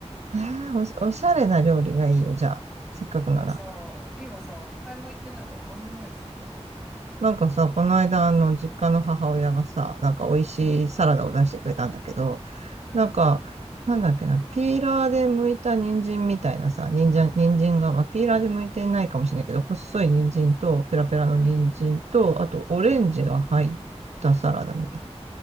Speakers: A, on the right (about 70°); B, in the centre.
A: へえ、おし、おしゃれな料理がいいよ、じゃあ。せっかくなら。
B: でもさ、今さ、買い物行ってないからなんもないしさ、
A: なんかさ、この間、あの、実家の母親がさ、なんか美味しいサラダを出してくれたんだけど、
B: うん、うん、
A: なんか、なんだっけな、ピーラーで剥いた人参みたいなさ、人参、人参が、まあ、ピーラーで剥いてないかもしれないけど、細い人参と、ペラペラの人参と、
B: うん、
A: あと、オレンジが入ったサラダみたい
B: うん。